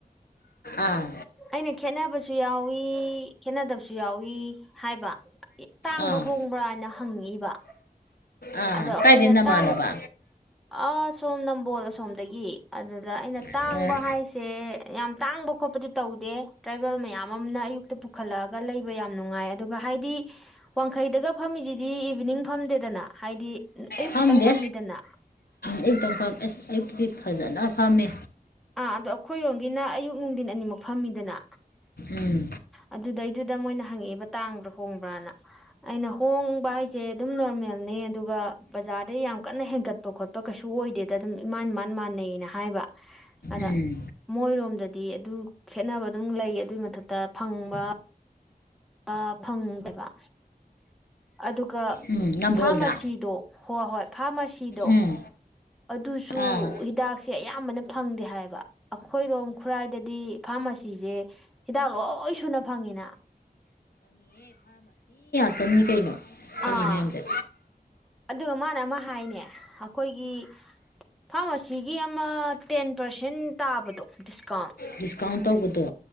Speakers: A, on the left; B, in the centre.
A: ꯑꯥ
B: ꯑꯩꯅ ꯈꯦꯠꯅꯕꯁꯨ ꯌꯥꯎꯋꯤ ꯈꯦꯠꯅꯗꯕꯁꯨ ꯌꯥꯎꯏ ꯍꯥꯏꯕ ꯇꯥꯡꯕ꯭ꯔꯣ
A: ꯑꯥ
B: ꯍꯣꯡꯕ꯭ꯔꯅ ꯍꯪꯉꯛꯏꯕ
A: ꯑꯥ
B: ꯑꯗꯣ ꯑꯈꯣꯏꯅ
A: ꯀꯥꯏꯗꯩ ꯅꯃꯥꯟꯅꯕ
B: ꯇꯥꯡ ꯑꯥ ꯁꯣꯝ ꯅꯝꯕꯣꯜ ꯑꯁꯣꯝꯗꯒꯤ ꯑꯗꯨꯗ ꯑꯩꯅ ꯇꯥꯡꯕ
A: ꯑꯣ
B: ꯍꯥꯏꯁꯦ ꯌꯥꯝ ꯇꯥꯡꯕ ꯈꯣꯠꯄꯗꯤ ꯇꯧꯗꯦ ꯇ꯭ꯔꯥꯏꯕꯦꯜ ꯃꯌꯥꯝ ꯑꯝꯅ ꯑꯌꯨꯛꯇ ꯄꯨꯈꯠꯂꯑꯒ ꯂꯩꯕ ꯌꯥꯝ ꯅꯨꯡꯉꯥꯏ ꯑꯗꯨꯒ ꯍꯥꯏꯗꯤ ꯋꯥꯡ ꯈꯩꯗꯒ ꯐꯝꯃꯤꯖꯤꯗꯤ ꯏꯚꯤꯅꯤꯡ ꯐꯝꯗꯦꯗꯅ ꯍꯥꯏꯗꯤ ꯑꯌꯨꯛ
A: ꯐꯝꯗꯦ
B: ꯈꯛꯇꯪ ꯐꯝꯃꯤꯗꯅ
A: ꯑꯌꯨꯛꯇꯪ ꯐꯝ ꯑꯁ ꯑꯌꯨꯛꯇꯗꯤ ꯐꯖꯅ ꯐꯝꯃꯦ
B: ꯑꯥ ꯑꯗꯣ ꯑꯩꯈꯣꯏꯔꯣꯝꯒꯤꯅ ꯑꯌꯨꯛ ꯅꯨꯡꯗꯤꯟ ꯑꯅꯤꯃꯛ ꯐꯝꯃꯤꯗꯅ
A: ꯎꯝ
B: ꯑꯗꯨꯗꯩꯗꯨꯗ ꯃꯣꯏꯅ ꯍꯪꯉꯛꯑꯦ ꯕ ꯇꯥꯡꯕ꯭ꯔ ꯍꯣꯡꯕ꯭ꯔꯅ ꯑꯩꯅ ꯍꯣꯡꯕ ꯍꯥꯏꯖꯦ ꯑꯗꯨꯝ ꯅꯣꯔꯃꯦꯜꯅꯤ ꯑꯗꯨꯒ ꯕꯖꯥꯔꯗꯩ ꯌꯥꯝ ꯀꯟꯅ ꯍꯦꯟꯒꯠꯄ ꯈꯣꯠꯄ ꯀꯩꯁꯨ ꯑꯣꯏꯗꯦꯗ ꯑꯗꯨꯝ ꯏꯃꯥꯟ ꯏꯃꯥꯟ ꯃꯥꯟꯅꯩꯅ ꯍꯥꯏꯕ ꯑꯗꯥ
A: ꯎꯝ
B: ꯃꯣꯏꯔꯣꯝꯗꯗꯤ ꯑꯗꯨ ꯈꯦꯠꯅꯕ ꯑꯗꯨꯝ ꯂꯩ ꯑꯗꯨꯏ ꯃꯊꯛꯇ ꯐꯪꯕ ꯑꯥ ꯐꯪꯗꯕ ꯑꯗꯨꯒ
A: ꯎꯝ ꯅꯝꯕꯣꯜꯗ
B: ꯐꯥꯔꯃꯥꯁꯤꯗꯣ ꯍꯣ ꯍꯣꯏ ꯐꯥꯔꯃꯥꯁꯤꯗꯣ
A: ꯎꯝ
B: ꯑꯗꯨꯁꯨ
A: ꯑꯥ
B: ꯍꯤꯗꯥꯛ ꯁꯦ ꯑꯌꯥꯝꯕꯅ ꯐꯪꯗꯦ ꯍꯥꯏꯌꯦꯕ ꯑꯈꯣꯏꯔꯣꯝ ꯈꯨꯔꯥꯏꯗꯗꯤ ꯐꯥꯔꯃꯥꯁꯤꯖꯦ ꯍꯤꯗꯥꯛ ꯂꯣꯏ ꯂꯣꯏ ꯁꯨꯅ ꯐꯪꯉꯦꯅ
A: ꯀꯅꯤ ꯀꯩꯅꯣ ꯐꯪꯉꯤ
B: ꯑꯥ
A: ꯃꯌꯥꯝꯁꯦ
B: ꯑꯗꯨꯒ ꯃꯥꯅ ꯑꯃ ꯍꯥꯏꯅꯦ ꯑꯈꯣꯏꯒꯤ ꯐꯥꯔꯃꯥꯁꯤꯒꯤ ꯑꯃ ꯇꯦꯟ ꯄꯔꯁꯦꯟ ꯇꯥꯕꯗꯣ ꯗꯤꯁ ꯀꯥꯎꯟ
A: ꯗꯤꯁꯀꯥꯎꯟ ꯇꯧꯕꯗꯣ